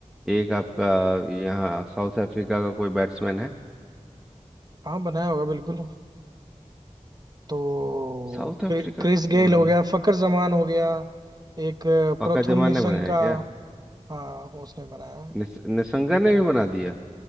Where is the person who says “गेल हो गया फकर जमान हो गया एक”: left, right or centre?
Right